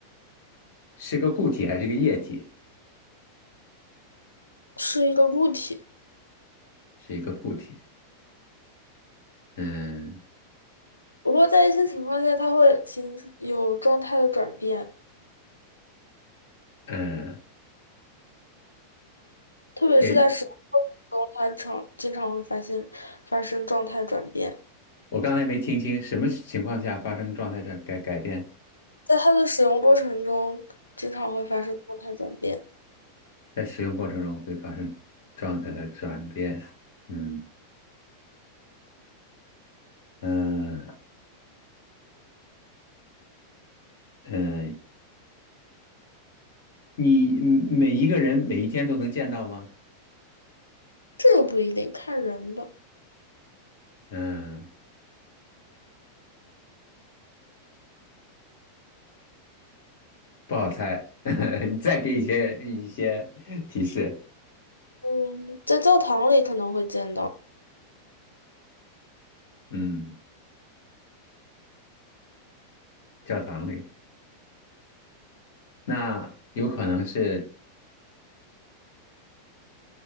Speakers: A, on the left (about 60°); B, on the left (about 80°).
A: 是个固体还是一个液体？
B: 是一个固体。
A: 是一个固体。嗯
B: 不过在一些情况下，它会形有状态的转变，
A: 嗯，
B: 特别是在使用过程中，
A: 也，
B: 它常经常会发现发生状态转变。
A: 我刚才没听清，什么情况下发生状态的改改变，
B: 在它的使用过程中，经常会发生状态转变，
A: 在使用过程中会发生状态的转变。嗯嗯嗯，你每一个人每一天都能见到吗？
B: 这个不一定，看人吧。
A: 嗯，不好猜，<laughs> 你再给一些一些提示。
B: 嗯，在教堂里可能会见到，
A: 嗯，教堂里，那有可能是